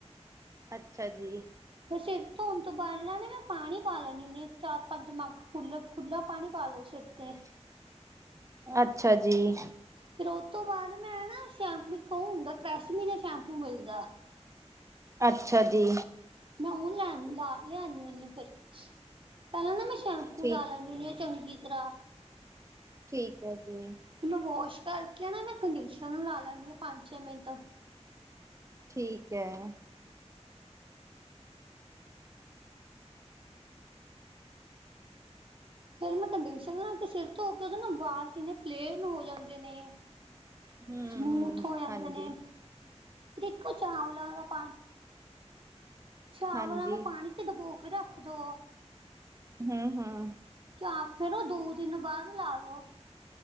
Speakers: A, on the right; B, on the right.
A: ਅੱਛਾ ਜੀ।
B: ਸਿਰ ਧੋਣ ਤੋਂ ਬਾਲਾ ਤੇ ਮੈਂ ਪਾਣੀ ਪਾ ਲੈਦੀ ਹੁੰਦੀ ਹਾਂ, ਚਾਰ ਪੰਜ ਮੱਗ ਖੁਲਾ-ਖੁਲਾ ਪਾਣੀ ਪਾ ਲਓ ਸਿਰ ਤੇ,
A: ਅੱਛਾ ਜੀ,
B: ਫਿਰ ਉਹ ਤੋਂ ਬਾਅਦ ਮੈਂ ਨਾ ਸ਼ੈਂਸ਼ਕ ਉਹ ਹੁੰਦਾ ਤ੍ਰੈਸਮੀ ਦਾ ਸ਼ੈਂਪੂ ਮਿਲਦਾ।
A: ਅੱਛਾ ਜੀ।
B: ਮੈਂ ਉਹ ਲੈਨ ਲਾ ਲਿਆਦੀ ਆ, ਫਿਰ ਪਹਿਲਾਂ ਨਾ ਮੈਂ ਸ਼ੈਂਪੂ
A: ਠੀਕ
B: ਲਾ ਲੈਦੀ। ਚੰਗੀ ਤਰ੍ਹਾਂ
A: ਠੀਕ ਹੈ ਜੀ।
B: ਮੈਂ ਵਾਸ਼ ਕਰਕੇ ਨਾ ਮੈਂ ਕੰਡੀਸ਼ਨਰ ਨੂੰ ਲਾ ਲੈੈਂਦੀ ਹਾਂ, ਪੰਜ ਛੇ ਮਿੰਟ
A: ਠੀਕ ਹੈ।
B: ਫਿਰ ਮੈਂ ਕੰਡਿਸ਼ਨਰ ਲਾ ਕੇ ਸਿਰ ਧੋ ਕੇ ਤੇ ਬਾਲ ਕਿੰਨੇ ਪਲੇਨ ਹੋ ਜਾਂਦੇ ਨੇ,
A: ਹੂੰ,
B: ਸਮੂਥ ਹੋ ਜਾਂਦੇ
A: ਹਾਂਜੀ,
B: ਨੇ, ਏਕੋ ਚਾਵਲਾ ਦਾ ਪਾਣੀ ਚਾਵਲਾਂ
A: ਹਾਂਜੀ,
B: ਨੂੰ ਪਾਣੀ 'ਚ ਡਬੋ ਕੇ ਰੱਖ ਦੋ।
A: ਹਮ ਹਮ
B: ਚਆਂਮਚੇ ਨੂੰ ਦੋ ਦਿਨ ਬਾਅਦ ਲਾ ਲੋ